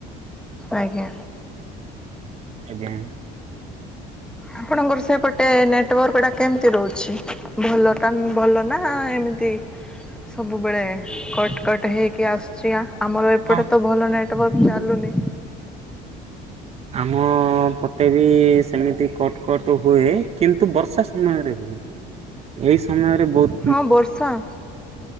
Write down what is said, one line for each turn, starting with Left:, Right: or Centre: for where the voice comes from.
Centre: ଆଜ୍ଞା।
Right: ଆଜ୍ଞା।
Centre: ଆପଣଙ୍କର ସେପଟେ ନେଟୱାର୍କ ଟା କେମିତି ରହୁଛି ଭଲ ଟା ଭଲ ନା ଏମ୍ ତି ସବୁବେଳେ କଟ୍ କଟ୍ ହେଇକି ଆସୁଛି ଆଁ। ଆମର ଏପଟେ
Right: ହଁ
Centre: ତ ଭଲ ନେଟୱାର୍କ ଚାଲୁନି।
Right: ଆମ ପଟେ ବି ସେମିତି କଟ୍ କଟ ହୁଏ କିନ୍ତୁ ବର୍ଷା ସମୟରେ। ଏଇ ସମୟରେ ବହୁତ।
Centre: ହଁ ବର୍ଷା।